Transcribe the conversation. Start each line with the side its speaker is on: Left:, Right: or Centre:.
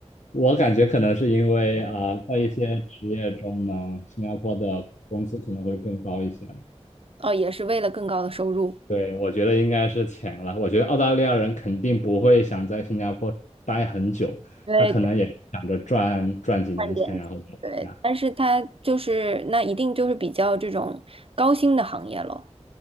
Left: 我感觉可能是因为啊，在一些职业中呢，新加坡的工资可能会更高一些。
Right: 哦，也是为了更高的收入。
Left: 对，我觉得应该是钱了。我觉得澳大利亚人肯定不会想在新加坡待很久，
Right: 对。
Left: 他可能也想着赚赚几年钱，
Right: 看点，
Left: 然后就回家。
Right: 对，但是它就是那一定就是比较这种高薪的行业咯。